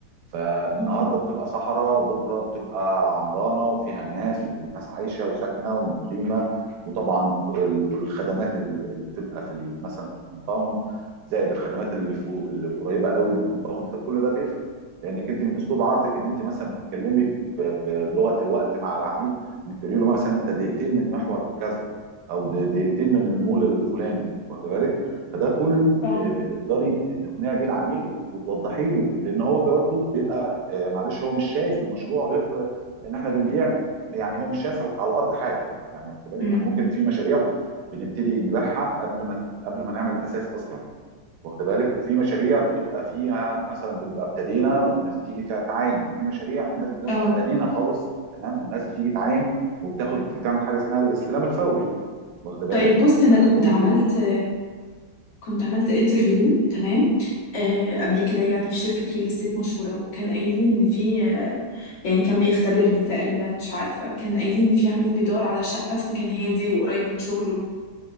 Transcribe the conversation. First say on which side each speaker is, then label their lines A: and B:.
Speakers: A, on the right; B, on the left.
A: فالنهارده
B: امم
A: بتبقى صحراء بكره بتبقى عمرانه وفيها ناس وناس عايشه وساكنه ومقيمه وطبعا ال- الخدمات ال- اللي بتبقى في ال- مثلا في الكومباوند زائد الخدمات اللي فوق اللي قريبه قوي من الكومباوند ده كله ده بيفرق لانك انت من اسلوب عرضك ان انت مثلا بتتكلمي ب- ب- بلغه الوقت مع العميل انك تقولي له مثلا انت دقيقتين من محور كذا او د- دقيقتين من المول الفلاني واخد بالك فده كله
B: اه
A: آه، بتقدري تقنعي بيه العميل وتوضحي له لان هو برضه بيبقى آه، معلش هو مش شايف المشروع غير لان احنا بنبيع يعني هو مش شايف على الارض حاجه يعني واخد بالك
B: امم
A: احنا ممكن في مشاريع بنبتدي نبيعها قبل ما قبل ما نعمل الاساس اصلا واخد بالك وفي مشاريع بتبقى فيها مثلا بنبقى ابتدينا والناس بتيجي تعاين في مشاريع الناس بتبقى
B: اه
A: بنينا خالص تمام والناس بتيجي تعاين وبتاخد بتعمل حاجه اسمها الاستلام الفوري واخد بالك
B: طيب بص انا
A: فده
B: كنت
A: كله
B: عملت كنت عملت انترفيو تمام آه قبل كده يعني في شركة ريل استيت مشهورة وكان قايل لي ان في آه يعني كان بيختبرني تقريبا مش عارفة كان قايل لي ان في عميل بيدور على شقة في مكان هادي وقريب من شغله